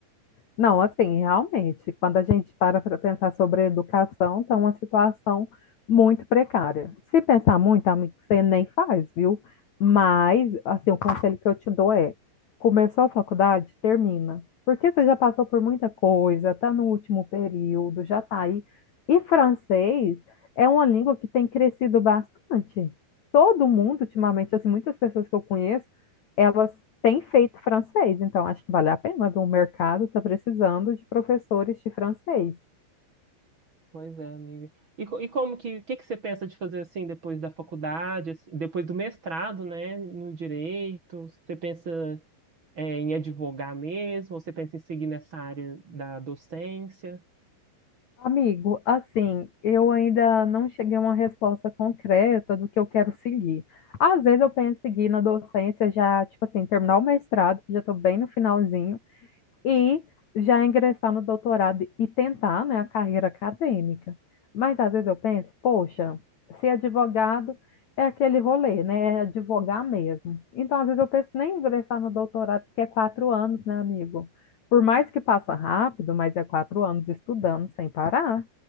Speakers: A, on the left (about 45°); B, on the right (about 35°).
A: Não, assim, realmente, quando a gente para para pensar sobre a educação, está uma situação muito precária. Se pensar muito, amigo, você nem faz, viu? Mas, assim, o conselho que eu te dou é: começou a faculdade, termina. Porque você já passou por muita coisa, está no último período, já está aí. E francês é uma língua que tem crescido bastante. Todo mundo, ultimamente, assim, muitas pessoas que eu conheço, elas tem feito francês, então acho que vale a pena, viu? O mercado está precisando de professores de francês.
B: Pois é, amiga. E, co- e como que, o que que você pensa de fazer assim depois da faculdade, assim, depois do mestrado, né, no direito? Você pensa é, em advogar mesmo? Você pensa em seguir nessa área da docência?
A: Amigo, assim, eu ainda não cheguei a uma resposta concreta do que eu quero seguir. Às vezes eu penso em seguir na docência já, tipo assim, terminar o mestrado, que já estou bem no finalzinho, e já ingressar no doutorado e tentar, né, a carreira acadêmica. Mas às vezes eu penso, poxa, ser advogado é aquele rolê, né? É advogar mesmo. Então, às vezes eu penso nem em ingressar no doutorado, porque é quatro anos, né, amigo? Por mais que passa rápido, mas é quatro anos estudando sem parar.